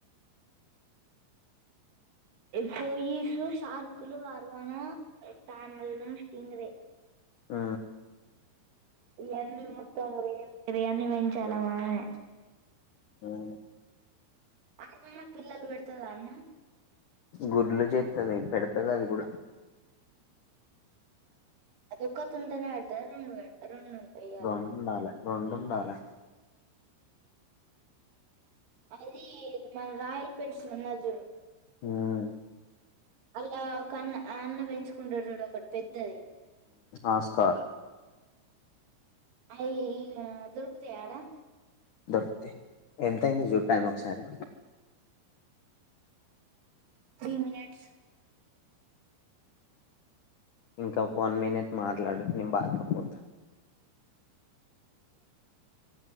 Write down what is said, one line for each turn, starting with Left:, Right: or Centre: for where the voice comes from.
Right: పోయీసు షార్కులు ఆర్వానా తంబేలా స్ట్రింగ్ రే
Left: ఆ
Right: ఇయన్నీ మొత్తం రేర్ రేర్యన్ని పెంచాలా మనమే
Left: అవును
Right: అరుమనా పిల్లలు పెడతదా అన్న
Left: గుడ్లు చెత్తది పెడతది అది కూడా
Right: అదొక్కతుంటేనే పెడతదా రెండు వే రెండు ఉంటాయి ఇయ్యాల
Left: రెండుడాలే రెండుండాలే
Right: అది మన రాయల్ పెట్స్ లున్నది చూడు
Left: మ్మ్
Right: అల్లకన్నా ఆ అన్న పెంచుకుంటడు చూడు ఒకటి పెద్దది
Left: ఆస్కార్
Right: అయ్యి ఇళ్లా దొరుకుతయా ఆడా
Left: దొరుకుతాయి ఎంత అయింది చుడు టైం ఒకసారి
Right: త్రీ మినిట్స్
Left: ఇంకా ఒక వన్ మినిట్ మాట్లాడు నేన్ బాత్రూంపోతా
Right: ఉ